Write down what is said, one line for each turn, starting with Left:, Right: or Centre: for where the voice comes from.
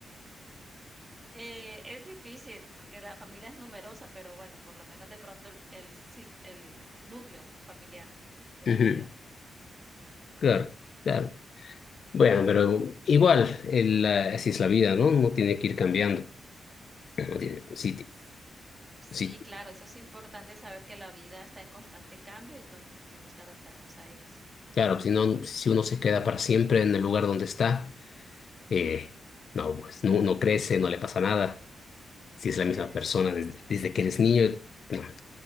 Right: Eh, es difícil porque la familia es numerosa, pero bueno, por lo menos de pronto el, el, cic- el núcleo familiar sería
Left: Ujú,
Right: lo ideal.
Left: Claro, claro. Bueno, pero igual, el, ah, así es la vida, ¿no? Uno tiene que ir cambiando. Uno tiene- Sí, ti-
Right: S- Sí,
Left: sí,
Right: claro, eso es importante saber que la vida está en constante cambio y ton- tenemos que adaptarnos a ellos.
Left: claro, si no, si uno se queda para siempre en el lugar donde está, eh, no, pues no, no crece, no le pasa nada. si es
Right: Exacto,
Left: la misma persona desde, desde que eres niño, no,